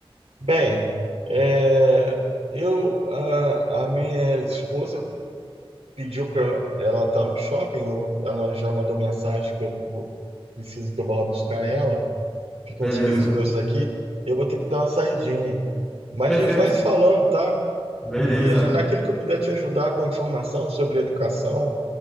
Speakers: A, on the right; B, in the centre.
A: Bem, é, eu a, a minha esposa pediu para ela tá no shopping, eu- ela já mandou mensagem que eu vou- preciso que eu vá lá buscar ela. Fica
B: Beleza.
A: uns 15 minutos daqui. Eu vou ter que dar uma saidinha. Mas
B: Perfeito.
A: a gente vai se falando, tá?
B: Beleza.
A: E é, naquilo que eu puder te ajudar com informação sobre educação,